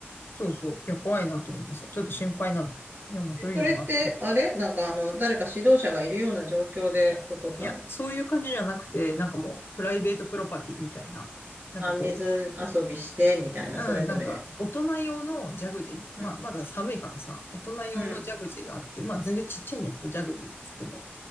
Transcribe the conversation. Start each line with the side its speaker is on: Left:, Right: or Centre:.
Left: そうそう、いや、怖いなと思ってさ、ちょっと心配なのよ。いや、まあそういうのがあって。
Right: でそれって、あれなんかあの、誰か指導者がいるような状況で起こったの
Left: いや、そういう感じじゃなくて、なんかもう、プライベートプロパティみたいな、なんかこう、
Right: あ、水遊びして、みたいな、
Left: うん、
Right: それぞれ。
Left: なんか、大人用のジャグジー。まあ、
Right: うん、
Left: まだ寒いからさ、大人用のジャグジーがあって、
Right: うん、
Left: まあ、全然ちっちゃいんだけど、ジャグジーっつっても。